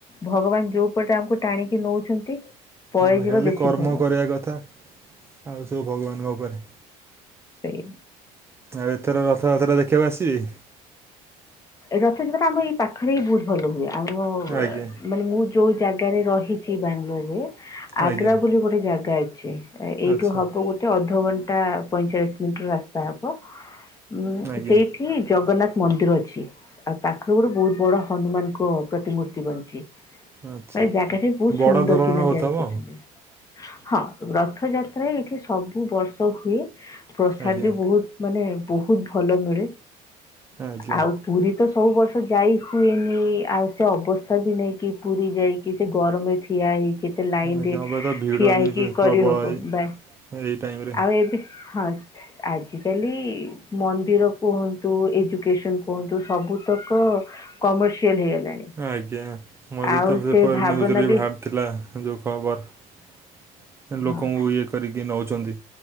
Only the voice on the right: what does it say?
ଆମେ ଖାଲି
କର୍ମ
କରିବା କଥା ଆଉ ସବୁ ଭଗବାନଙ୍କ ଉପରେ।
ଆଉ ଏଥର ରଥଯାତ୍ରା ଦେଖିବାକୁ ଆସିବେ?
ଆଜ୍ଞା
ଆଜ୍ଞା
ଆଚ୍ଛା
ଆଜ୍ଞା
ଆଚ୍ଛା
ବଡ଼
ଧରଣର
ହେଉଥିବ
ଆଜ୍ଞା
ଆଜ୍ଞା
ଆଜ୍ଞା
ଏବେ ତ ଭିଡ଼
ବି
ପ୍ରବଳ ଏଇ
ଏଇ ଟାଇମରେ
ଆଜ୍ଞା ମଝିରେ
ତ ପେପର
ନ୍ୟୁଜରେ ବି ବାହାରି ଥିଲା ଯୋଉ ଖବର ଲୋକଙ୍କୁ
ଇଏ କରିକି ନଉଛନ୍ତି